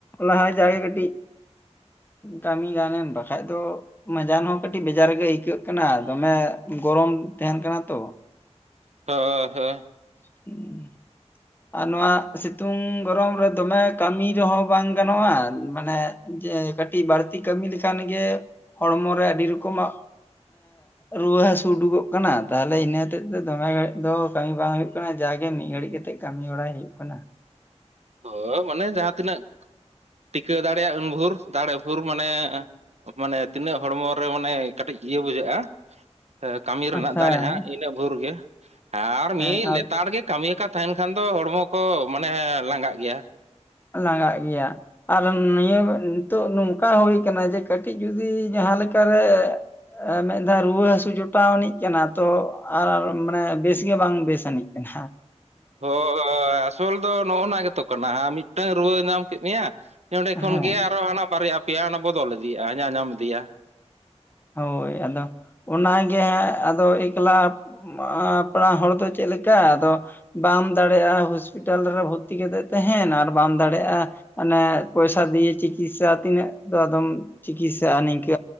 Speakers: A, on the left; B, on the right.
A: ᱞᱟᱦᱟ ᱡᱟᱜᱮ ᱠᱟᱹᱴᱤᱡ ᱠᱟᱹᱢᱤ ᱜᱟᱱ ᱮᱱ ᱵᱟᱠᱷᱟᱡ ᱫᱚ ᱢᱟᱡᱟᱱ ᱦᱚᱸ ᱠᱟᱹᱴᱤᱡ ᱵᱮᱡᱟᱨ ᱜᱮ ᱟᱹᱭᱠᱟᱹᱜ ᱠᱟᱱᱟ ᱫᱚᱢᱮ ᱜᱚᱨᱚᱢ ᱛᱟᱦᱮᱱ ᱠᱟᱱᱟ ᱛᱚ।
B: ᱦᱳᱭ ᱦᱳᱭ
A: ᱦᱩᱸ
B: <unintelligible>
A: ᱟᱨ ᱱᱚᱣᱟ ᱥᱤᱛᱩᱝ ᱜᱚᱨᱚᱢ ᱨᱮ ᱫᱚᱢᱮ ᱠᱟᱹᱢᱤ ᱨᱮᱦᱚᱸ ᱵᱟᱝ ᱜᱟᱱᱚᱜᱼᱟ ᱢᱟᱱᱮ ᱡᱮ ᱠᱟᱹᱴᱤᱡ ᱵᱟᱹᱲᱛᱤ ᱠᱟᱹᱢᱤ ᱞᱮᱠᱷᱟᱱ ᱜᱮ ᱦᱚᱲᱢᱚ ᱨᱮ ᱟᱹᱰᱤ ᱨᱚᱠᱚᱢᱟᱜ ᱨᱩᱣᱟᱹ ᱦᱟᱹᱥᱩ ᱩᱰᱩᱠᱚᱜ ᱠᱟᱱᱟ ᱛᱟᱦᱚᱞᱮ ᱤᱱᱟᱹ ᱦᱚᱛᱮᱫ ᱛᱮ ᱫᱚᱢᱮ ᱜᱷᱟᱹᱲᱤᱡ ᱫᱚ ᱠᱟᱹᱢᱤ ᱵᱟᱝ ᱦᱩᱭᱩᱜ ᱠᱟᱱᱟ। ᱡᱟᱜᱮ ᱢᱤᱫ ᱜᱷᱟᱹᱲᱤᱡ ᱠᱟᱛᱮᱜ ᱠᱟᱹᱢᱤ ᱵᱟᱲᱟᱭ ᱦᱩᱭᱩᱜ ᱠᱟᱱᱟ
B: ᱦᱳᱭ ᱢᱟᱱᱮ ᱡᱟᱦᱟᱸ ᱛᱤᱱᱟᱹᱜ ᱴᱤᱠᱟᱹᱣ ᱫᱟᱲᱮᱭᱟᱜ ᱩᱱᱵᱷᱩᱨ ᱫᱟᱲᱮ ᱵᱷᱳᱨ ᱢᱟᱱᱮ ᱢᱟᱱᱮ ᱛᱤᱱᱟᱹᱜ ᱦᱚᱲᱢᱚ ᱨᱮ ᱢᱟᱱᱮ ᱠᱟᱹᱴᱤᱡ ᱤᱭᱟᱹ ᱵᱩᱡᱷᱟᱹᱜᱼᱟ ᱠᱟᱹᱢᱤ ᱨᱮᱱᱟᱜ
A: ᱦᱮᱸ
B: ᱫᱟᱲᱮ ᱦᱟᱸᱜ ᱤᱱᱟᱹᱜ ᱵᱷᱳᱨ ᱜᱮ ᱟᱨ
A: ᱦᱮᱸ
B: ᱢᱤᱫ
A: ᱟᱨ
B: ᱞᱮᱛᱟᱲ ᱜᱮ ᱠᱟᱹᱢᱤᱭᱟᱠᱟᱫ ᱛᱟᱦᱮᱱ ᱠᱷᱟᱱ ᱫᱚ ᱦᱚᱲᱢᱚ ᱠᱚ ᱢᱟᱱᱮ ᱞᱟᱸᱜᱟᱜ ᱜᱮᱭᱟ
A: ᱞᱟᱸᱜᱟᱜ ᱜᱮᱭᱟ ᱟᱨ ᱱᱤᱭᱟᱹ ᱱᱤᱛᱚᱜ ᱱᱚᱝᱠᱟ ᱦᱩᱭ ᱟᱠᱟᱱᱟ ᱡᱮ ᱠᱟᱹᱴᱤᱡ ᱡᱚᱫᱤ ᱡᱟᱦᱟᱸ ᱞᱮᱠᱟᱨᱮ ᱢᱤᱫ ᱫᱷᱟᱣ ᱨᱩᱣᱟᱹ ᱦᱟᱹᱥᱩ ᱡᱚᱴᱟᱣ ᱟᱹᱱᱤᱡ ᱠᱟᱱᱟ ᱛᱚ ᱟᱨ ᱢᱟᱱᱮ ᱵᱮᱥ ᱜᱮ ᱵᱟᱝ ᱵᱮᱥ ᱟᱹᱱᱤᱡ ᱠᱟᱱᱟ ᱮᱱᱦᱚ
B: ᱦ ᱟᱥᱚᱞ ᱫᱚ ᱱᱚᱜᱼᱚ ᱱᱚᱣᱟ ᱜᱮᱛᱚ ᱠᱟᱱᱟ ᱢᱤᱫᱴᱟᱝ ᱨᱩᱣᱟᱹ ᱧᱟᱢ ᱠᱮᱫ ᱢᱮᱭᱟ ᱱᱚᱸᱰᱮ
A: ᱦᱮᱸ
B: ᱠᱷᱚᱱᱜᱮ ᱟᱨᱚ ᱦᱟᱱᱟ ᱵᱟᱨᱭᱟ ᱯᱮᱭᱟ ᱦᱟᱱᱟ ᱵᱚᱫᱚᱞ ᱤᱫᱤᱭᱟ ᱧᱟ-ᱧᱟᱢ ᱤᱫᱤᱭᱟ
A: ᱦᱳᱭ ᱟᱫᱚ ᱚᱱᱟᱜᱮ ᱟᱫᱚ ᱮᱠᱞᱟ ᱢᱟ ᱯᱮᱲᱟ ᱦᱚᱲ ᱫᱚ ᱪᱮᱫ ᱞᱮᱠᱟ ᱟᱫᱚ ᱵᱟᱢ ᱫᱟᱲᱮᱜᱼᱟ ᱦᱚᱥᱯᱤᱴᱟᱞ ᱨᱮ ᱵᱷᱚᱨᱛᱤ ᱠᱟᱛᱮᱫ ᱛᱟᱦᱮᱱ ᱟᱨ ᱵᱟᱢ ᱫᱟᱲᱮᱭᱟᱜᱼᱟ ᱢᱟᱱᱮ ᱯᱚᱭᱥᱟ ᱫᱤᱭᱮ ᱪᱤᱠᱤᱛᱥᱟ ᱛᱤᱱᱟᱹᱜ ᱫᱚ ᱟᱫᱚᱢ ᱪᱤᱠᱤᱛᱥᱟᱼᱟ ᱱᱤᱝᱠᱟᱹ।